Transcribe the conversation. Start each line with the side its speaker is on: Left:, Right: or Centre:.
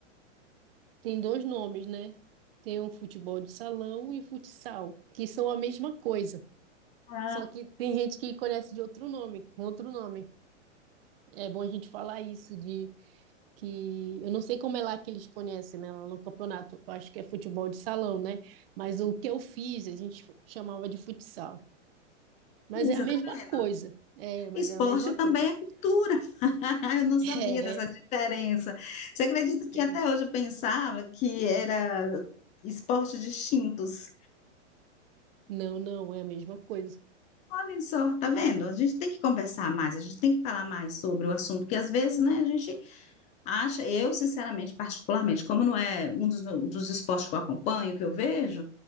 Right: tem dois nomes, né? Tem o futebol de salão e futsal, que são a mesma coisa.
Left: ah,
Right: Só que tem gente que conhece de outro nome, com outro nome. É bom a gente falar isso de que eu não sei como é lá que eles conhecem, né, lá no campeonato, eu acho que é futebol de salão, né? Mas o que eu fiz, a gente chamava de futsal. Mas
Left: Isa,
Right: é a mesma
Left: tá vendo?
Right: coisa. É, mas
Left: Esporte
Right: é a mesma
Left: também
Right: coisa. <laughs>
Left: é cultura. <laughs> Eu não sabia
Right: É,
Left: dessa diferença. Você acredita
Right: tem.
Left: que até hoje eu pensava que era esportes distintos?
Right: Não, não, é a mesma coisa.
Left: Olha só, tá vendo? A gente tem que conversar mais, a gente tem que falar mais sobre o assunto, porque às vezes, né, a gente Acha, eu, sinceramente, particularmente, como não é um dos, meu- dos esportes que eu acompanho, que eu vejo,